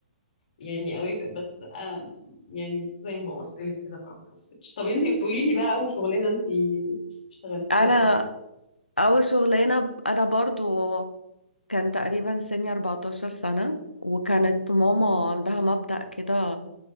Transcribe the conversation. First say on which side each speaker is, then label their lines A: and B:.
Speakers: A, on the left (about 50°); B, on the left (about 85°).
A: يعني أوافق بس آه يعني زي ما قلت لك كده بقى ما حسيتش طب أنتي قولي لي بقى أول شغلانة أنتي اشتغلتيها
B: انا
A: إيه؟
B: اول شغلانة انا برضو كان تقريبا سني 14 سنة وكانت ماما عندها مبدأ كده